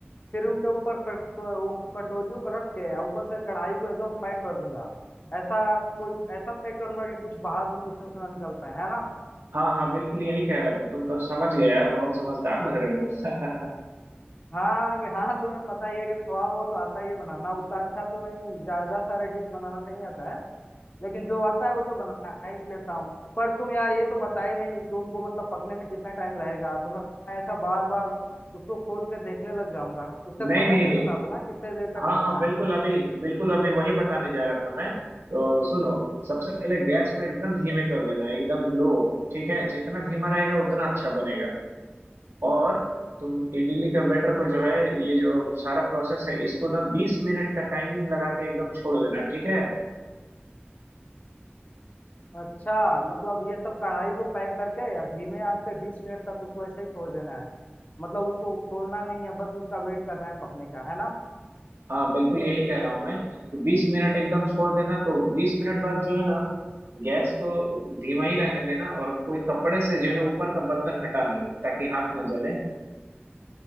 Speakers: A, on the left; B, on the right.
A: फिर उनके ऊपर कटो वो कटोरियों को रख के और ऊपर से कढ़ाई को एकदम पैक कर दूंगा ऐसा कोई ऐसा पैक करूंगा कि कुछ बाहर भी उसमें से ना निकल पाए है ना
B: हाँ हाँ बिल्कुल यही कह रहा था तुम तो समझ गए यार बहुत समझदार लग रहे हो <laughs>
A: हाँ कि- हाँ तुम्हें पता ही है कि थोड़ा बहुत तो आता ही है बनाना उतना अच्छा तो नहीं ज्यादा सारे डिश बनाना नहीं आता है लेकिन जो आता है वो तो बना ही लेता हूँ पर तुम यार ये तो बता ही नहीं कि उनको मतलब पकने में कितना टाइम लगेगा तो मैं ऐसा बार बार उसको खोल के देखने लग जाऊंगा उसका समय
B: नहीं नहीं
A: भी बता दो ना कितने देर
B: हाँ
A: तक ढकना
B: हाँ बिल्कुल
A: है
B: अभी बिल्कुल अभी वही बताने जा रहा था मैं तो सुनो सबसे पहले गैस को एकदम धीमे कर देना एकदम लो ठीक है जितना धीमा रहेगा उतना अच्छा बनेगा और तुम इडली के बैटर को जो है ये जो सारा प्रोसेस है इसको ना बीस मिनट का टाइमिंग लगा के एकदम छोड़ देना ठीक है
A: अच्छा मतलब ये सब कढ़ाई को पैक करके या धीमे आंच पे बीस मिनट तक उसको ऐसे ही छोड़ देना है मतलब उसको खोलना नहीं है बस उसका वेट करना है पकने का है ना
B: हाँ बिल्कुल यही कह रहा हूँ मैं कि बीस मिनट एकदम छोड़ देना तो बीस मिनट बाद जो है ना गैस को धीमा ही रहने देना और कोई कपड़े से जो है ऊपर का बर्तन हटाना ताकि हाथ ना जले